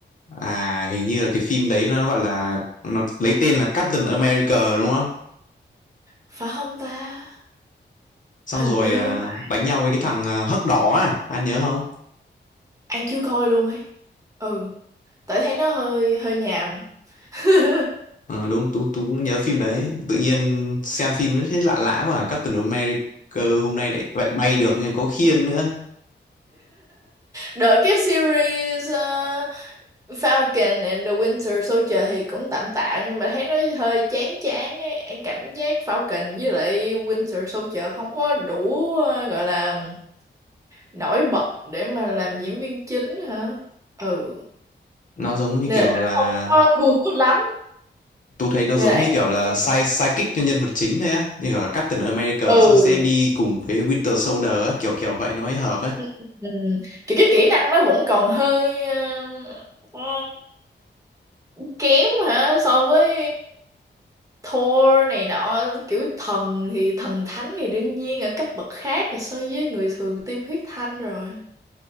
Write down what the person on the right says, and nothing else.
phải không ta
hình
như
mà
An chưa coi luôn ấy ừ tại thấy nó hơi hơi nhàm <laughs>
đợi cái series ờ, Falcon and the Winter Soldier thì cũng tạm tạm nhưng mà thấy nó hơi chán chán ấy. Em cảm giác Falcon với lại Winter Soldier không có đủ ờ, gọi là nổi bật để mà làm diễn viên chính hả? Ừ.
Nên
là
nó không có thu hút lắm.
Nên
là em
không
xem.
Ừ.
Ừ. Kiểu cái kỹ năng nó vẫn còn hơi ờ, ờ, kém hả so với Thor này nọ kiểu thần thì thần thánh thì đương nhiên ở cấp bậc khác rồi so với người thường tiêm huyết thanh rồi